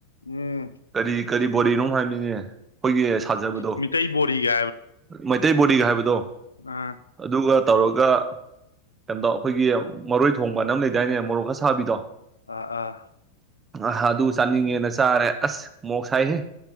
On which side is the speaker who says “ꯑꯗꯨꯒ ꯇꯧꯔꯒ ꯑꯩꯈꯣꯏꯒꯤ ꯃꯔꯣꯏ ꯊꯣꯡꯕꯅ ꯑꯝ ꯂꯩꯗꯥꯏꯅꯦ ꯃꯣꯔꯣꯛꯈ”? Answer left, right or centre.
Right